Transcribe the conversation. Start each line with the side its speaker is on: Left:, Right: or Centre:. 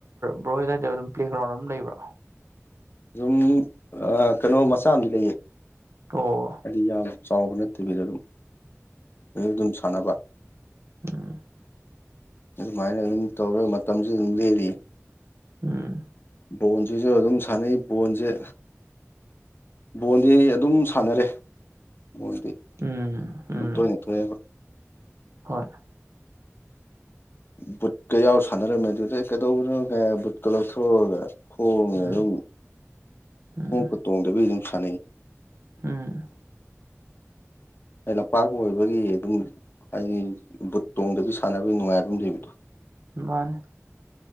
Right: ꯕ꯭ꯔꯣꯏꯍꯣꯏ ꯑꯗꯥꯏꯗ ꯑꯗꯨꯝ ꯄ꯭ꯂꯦꯒ꯭ꯔꯥꯎꯟ ꯑꯗꯨꯝ ꯂꯩꯕ꯭ꯔꯣ
Left: ꯖꯨꯝ ꯑꯥ ꯀꯩꯅꯣ ꯃꯆꯥ ꯑꯝꯗꯤ ꯂꯩꯌꯦ
Right: ꯑꯣ
Left: ꯍꯥꯏꯗꯤ ꯌꯥꯝ ꯆꯥꯎꯕ ꯅꯠꯇꯕꯤꯗ ꯑꯗꯨꯝ ꯑꯗꯗꯨꯝ ꯁꯥꯟꯅꯕ
Right: ꯎꯝ
Left: ꯑꯗꯨꯃꯥꯏꯅ ꯑꯗꯨꯝ ꯇꯧꯔ ꯃꯇꯝꯖꯦ ꯑꯗꯨꯝ ꯂꯦꯜꯔꯤꯌꯦ
Right: ꯎꯝ
Left: ꯕꯣꯟꯖꯤꯖꯨ ꯑꯗꯨꯝ ꯁꯥꯟꯅꯩ ꯕꯣꯟꯖꯦ ꯕꯣꯟꯗꯤ ꯑꯗꯨꯝ ꯁꯥꯟꯅꯔꯦ ꯕꯣꯟꯗꯤ
Right: ꯎꯝ ꯎꯝ
Left: ꯇꯣꯏꯅ ꯇꯣꯏꯅꯕ
Right: ꯍꯣꯏ
Left: ꯕꯨꯠꯀ ꯌꯥꯎꯔ ꯁꯥꯟꯅꯔꯝꯃꯦ ꯑꯗꯨꯗ ꯑꯩ ꯀꯩꯗꯧꯕꯅꯣ ꯀꯥꯏ ꯕꯨꯠꯀ ꯂꯧꯊꯣꯛ ꯊꯣꯛꯑꯒ ꯈꯣꯡꯅ
Right: ꯎꯝ
Left: ꯑꯗꯨꯝ
Right: ꯎꯝ
Left: ꯈꯣꯡꯎꯞꯀ ꯇꯣꯡꯗꯕꯤ ꯑꯗꯨꯝ ꯁꯥꯟꯅꯩ
Right: ꯎꯝ
Left: ꯑꯩ ꯂꯝꯄꯥꯛꯄꯨ ꯑꯣꯏꯕꯒꯤ ꯑꯗꯨꯝ ꯍꯥꯏꯗꯤ ꯕꯨꯠ ꯇꯣꯡꯗꯕꯤ ꯁꯥꯟꯅꯕꯒꯤ ꯅꯨꯡꯉꯥꯏꯕ ꯑꯝꯗꯤ ꯂꯩꯕꯗꯣ
Right: ꯃꯥꯅꯤ